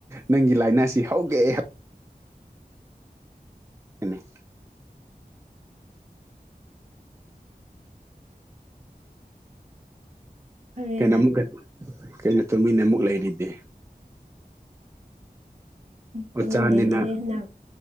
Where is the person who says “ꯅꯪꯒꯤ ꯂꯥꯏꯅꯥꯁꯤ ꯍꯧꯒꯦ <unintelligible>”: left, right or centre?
Right